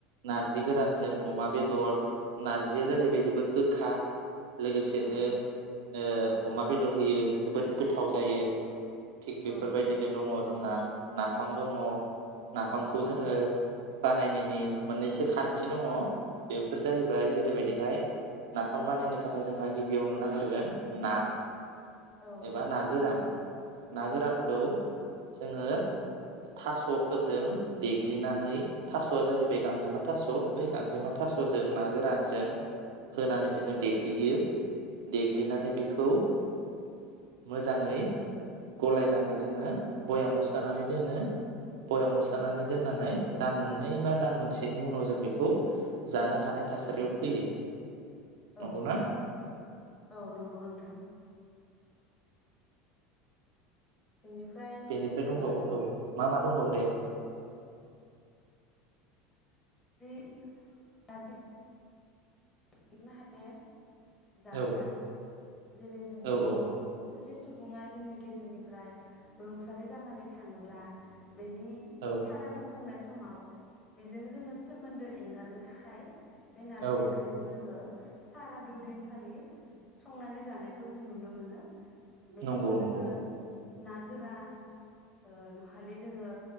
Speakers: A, on the right; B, on the left.
A: नारजि जि गोरानजों अमा बेदर नारजिया जाहैबाय जोबोद गोखा लोगोसेनो
B: औ
A: ओ अमा बेदर होयो जोबोद गोथाव जायो थिग बेफोरबायदिनो
B: औ
A: दङ जोंना नाफाम दङ नाफामखौ
B: औ
A: जोङो बानायनायनि मोननैसो खान्थि दङ बेफोर जाहैबाय जेरैबायदिहाय नाफाम बानायनो थाखाय जोंहा गिबियावनो नांग्रोगोन ना
B: औ
A: एबा ना गोरान ना गोरानखौ जोङो थास'फोरजों देग्लिनानै थास'आ जाहैबाय गांजेमा थास' बै गांजेमा थास'जों ना गोरानजों होनानै जोङो
B: औ
A: देग्लियो दे ग्लिनानै बेखौ मोजाङै गलायनानै जोङो बयामाव सो सोनानै दोनो बयामाव सोनानै दोननानै
B: औ
A: दान मोन नै बा दान मोनसेनि उनाव जों बेखौ जानो हानाय थासारियाव
B: औ
A: फैयो
B: औ
A: नंगौना
B: औ नंगौ नोंथां बेनिफ्राय
A: बेनिफ्राय दंबावो
B: ओ
A: औ मा मा दंबावो दे
B: <unintelligible> नारजि <unintelligible> जाग्रा
A: औ
B: जेरै जों
A: औ
B: बेखौ
A: औ
B: सासे सुबुङा जोंनि गेजेरनिफ्राय रुंसारि जानानै थाङोब्ला बेनि
A: औ
B: सारादुखौ खुंनाय समाव बेजों जोङो सोमोनदो एंगारनो थाखाय बे नारजि
A: औ
B: ओंख्रि जोङो सारादुदिनखालि संनानै जानायखौ जों नुनो मोनो बेखौबो
A: नंगौ
B: जोङो
A: नंगौ
B: ना गोरान ओ नहलि जोङो